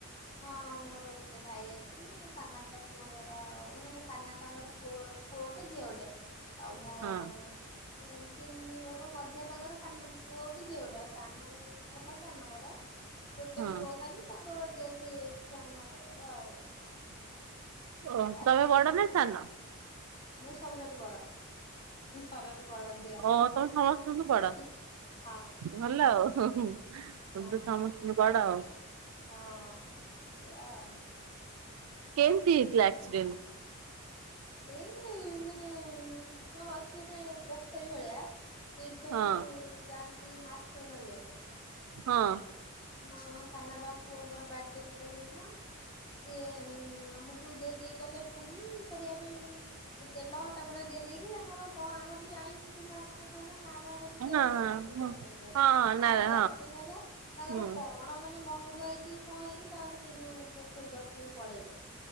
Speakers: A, on the left; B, on the right.
A: ହଁ, ମୋର ଗୋଟେ ଭାଇ ଅଛି, ମୋ ସାନାପା ପୁଅଙ୍କର ମାନେ ସାନାପାଙ୍କର ପୁଅ ପୁଅ ଗୋଟେ, ଝିଅ ଗୋଟେ, ଆଉ ମୋ
B: ହଁ
A: ମାନେ ତିନି ବାପା, ମଝିଆ ବାପାଙ୍କର ସାନ ପୁଅ ଗୋଟେ, ଝିଅ ଗୋଟେ ଆଉ ସାନ ସଭା ସାନଙ୍କର <unintelligible> ଗୋଟେ
B: ହଁ
A: ପୁଅ ଖାଲି, ତାଙ୍କର ଦେଥ୍ ହେଇ ଯାଇଚି ସାନ ବାପାଙ୍କର ଆଉ।
B: ଓ
A: ଆକ୍ସିରେଣ୍ଟରେ,
B: ତମେ ବଡ ନା ସାନ?
A: ମୁଁ ସବୁଠାରୁ ବଡ। ତୁ ସରଗ ବଳଜିଆ,
B: ଓ ତମେ ସମସ୍ତଙ୍କଠୁ ବଡ
A: ହୁଁ, ହଁ।
B: ଭଲ ଆଉ, ହୁଁ ହୁଁ, <unintelligible>
A: ହଁ
B: ସମସ୍ତୁଙ୍କୁ ବଡ ଆଉ।
A: ହଁ, ଏଇଆ ଆଉ।
B: କେମ୍ ତି ହେଇଥିଲା
A: ମୋର
B: ଆକ୍ସିଡେଣ୍ଟ?
A: ଏଇ ମାନେ, ଉଁ, ଆମର ଅଛି ଗୋଟେ ପୋଖରୀ ଭଳିଆ ସେଇଠି ସବୁ
B: ହଁ
A: ଯାଆନ୍ତି ମାଛ ଧରିଆ ପାଇଁ
B: ହଁ।
A: ମ ସାନାପାଙ୍କ ପୁଅଙ୍କର ବାଡେ ଥିଲା ସେଇଦିନ ସେ ଏ ଆମୁକୁ ଦେଇ ଦେଇ ଗଲେ ପୁରି କରିଆ ପାଇଁ ସେ ତେଲ, ଅଟା ଫଟା, ଦେଇ ଦେଇକି ତାଙ୍କର କଁ ଆମର ବି ଆଇଁଷ ସେଦିନ ଆସିନଥାନ୍ତା, ନାରାୟଣ ପୂଜା
B: ହଁ ହଁ
A: ହୁଏ ନା, ସବୁ ଜନ୍ମଦିନରେ,
B: ହଁ ନା
A: ଆଇଁଷ
B: ହଁ
A: ବି ଆସିନଥାନ୍ତା ତାଙ୍କର
B: ହୁଁ।
A: କଣ ମାନେ ମନୁକୁ ଆଇଚି କି, କଁ ହେଇଚି, ତାର ସେଇ ଯୋଉ ପୋଖରୀ ପାଖୁକୁ ପଳେଇଲେ